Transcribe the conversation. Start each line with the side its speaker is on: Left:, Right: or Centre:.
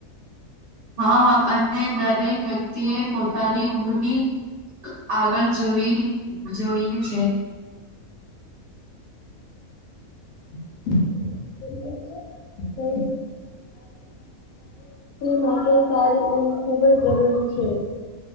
Right: હા અને દરેક વ્યક્તિએ પોતાની ઊંઘની, આગળ જોઈ જોઈ છે.
Left: <unintelligible> માટે સારી ઊંઘ ખુબ જ જરૂરી છે.